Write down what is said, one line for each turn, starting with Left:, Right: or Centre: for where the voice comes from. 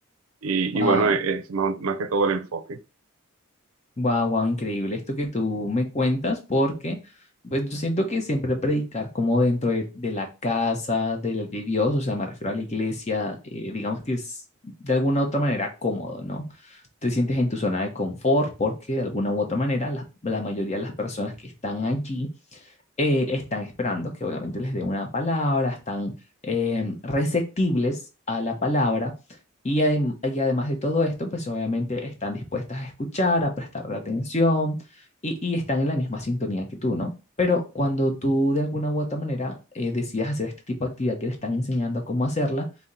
Right: Y,
Left: Wow,
Right: y bueno, es más, más que todo el enfoque.
Left: wow, wow, increíble esto que tú me cuentas, porque pues yo siento que siempre predicar como dentro de, de la casa, del de Dios, o sea, me refiero a la iglesia, eh, digamos que es de alguna u otra manera cómodo, ¿no? Te sientes en tu zona de confort porque de alguna u otra manera la, la mayoría de las personas que están allí eh, están esperando que obviamente les dé una palabra, están em, receptibles a la palabra, y, adem- y además de todo esto, pues obviamente están dispuestas a escuchar, a prestar atención y, y están en la misma sintonía que tú, ¿no? Pero cuando tú de alguna u otra manera eh, decidas hacer este tipo de actividad que te están enseñando a cómo hacerla,